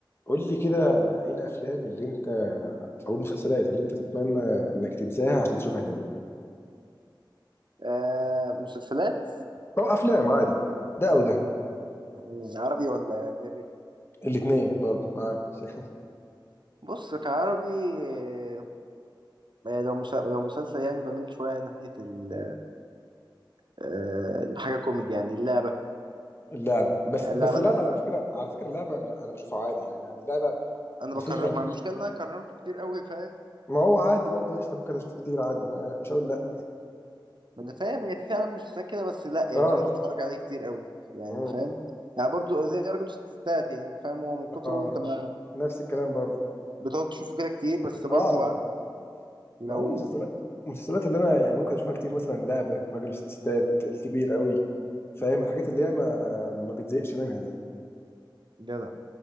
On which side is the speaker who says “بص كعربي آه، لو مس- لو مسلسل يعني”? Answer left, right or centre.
Right